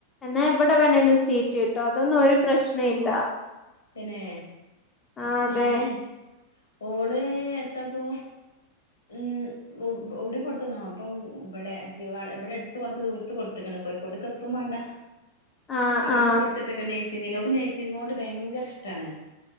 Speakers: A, on the left; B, on the left.
A: എന്നാ എവിടെ വേണേലും സീറ്റ് കി ട്ടോ അതൊന്നും ഒരു പ്രശ്ന ഇല്ല
B: തന്നെ
A: ആ അതെ
B: ഏഹ് ഓള് എത്തപ്പോ ഉം എവിടെ കൊടുത്തുന്നാവൊ ഇപ്പം ഇവിടെ ഇവിടെ എടുത്ത് കൊറച്ച് ദൂരത്ത് കൊടുത്തക്ക്ണ് കോയിക്കോട്ട്ക്ക് എത്തും മാണ്ടാ
A: ആ
B: അവിടൊന്ന്
A: ആ
B: കൊടുത്തിട്ടെക്ക് നെയ്സിംങ്ങിന് ഓക്ക് നെയ്സിങ്ങോട് ഭയങ്കര ഇഷ്ടാണ്